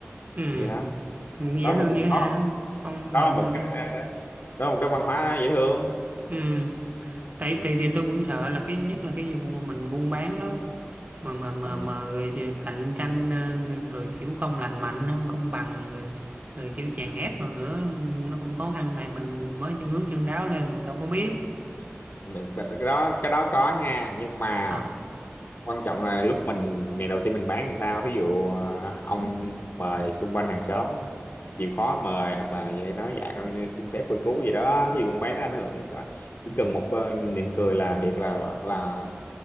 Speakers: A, on the right; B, on the left.
A: Ừ,
B: như đó
A: dễ
B: đó
A: thương
B: là một cũng
A: dữ hả
B: có
A: con
B: đó
A: mọi
B: là một
A: người dễ
B: cách
A: thương.
B: à, đó là một cái văn hóa dễ thương
A: Ừ, tại
B: Ừ.
A: thì thì tôi cũng sợ là cái nhất là cái vụ mà mình buôn bán đó mà mà mà
B: Ừ,
A: mà rồi cạnh tranh ờ, rồi kiểu không lành mạnh không công bằng rồi, rồi kiểu chèn ép rồi nữa nó cũng khó khăn này mình mới chân ướt chân ráo lên mình đâu có biết
B: vậy- vậy cái đó cái đó có nha nhưng mà
A: à
B: quan trọng là lúc mình ngày đầu tiên mình bán thì sao ví dụ à, ông mời xung quanh hàng xóm chịu khó mời hoặc là vậy nói dạ con xin phép cô chú gì đó ví dụ con bán có ảnh hưởng đến cả- chỉ cần một ờ, niệm cười là thiệt là là